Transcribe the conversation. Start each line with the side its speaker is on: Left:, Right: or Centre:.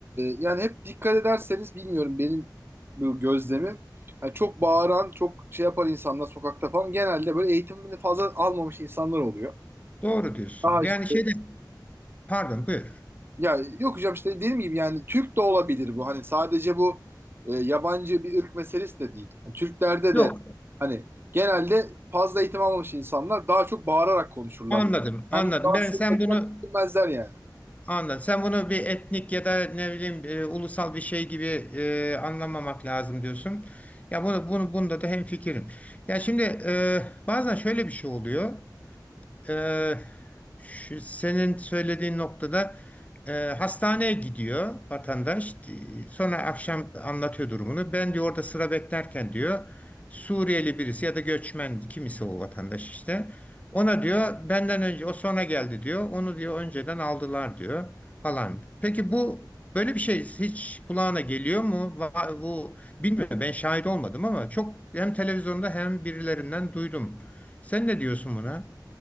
Right: yani hep dikkat ederseniz bilmiyorum benim bu gözlemim. Hani çok bağıran, çok şey yapan insanlar sokakta falan genelde böyle eğitimini fazla almamış insanlar oluyor.
Left: Doğru diyorsun.
Right: Daha
Left: Yani
Right: işte
Left: şeyde pardon buyur.
Right: Ya yok hocam işte dediğim gibi yani Türk de olabilir bu. Hani sadece bu e, yabancı bir ırk meselesi de değil. Hani Türklerde
Left: Yok.
Right: de hani genelde fazla eğitim almamış insanlar daha çok bağırarak konuşurlar.
Left: Anladım, anladım.
Right: Kendini rahatsız
Left: Ben sen
Right: etmekten
Left: bunu
Right: çekinmezler yani.
Left: anladım. Sen bunu bir etnik ya da ne bileyim e, ulusal bir şey gibi e, anlamamak lazım diyorsun. Ya bunu bunu bunda da hemfikirim. Ya şimdi e, bazen şöyle bir şey oluyor. Ee, şu senin söylediğin noktada e, hastaneye gidiyor vatandaş. Di- Sonra akşam anlatıyor durumunu. Ben diyor orada sıra beklerken diyor Suriyeli birisi ya da göçmen kimisi o vatandaş işte. Ona diyor benden önce o sonra geldi diyor. Onu diyor önceden aldılar diyor falan. Peki bu böyle bir şey hiç kulağına geliyor mu? Va- Bu bilmiyorum ben şahit olmadım ama çok hem televizyonda hem birilerinden duydum. Sen ne diyorsun buna?